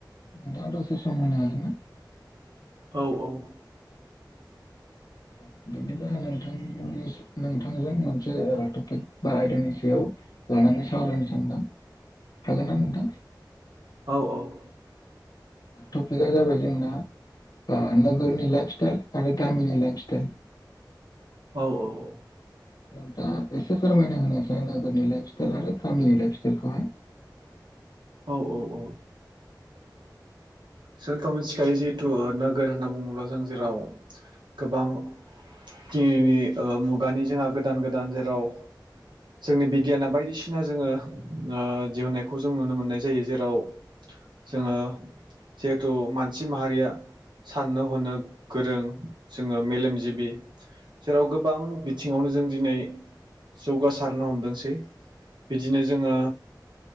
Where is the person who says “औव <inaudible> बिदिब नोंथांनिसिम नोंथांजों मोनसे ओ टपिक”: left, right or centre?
Left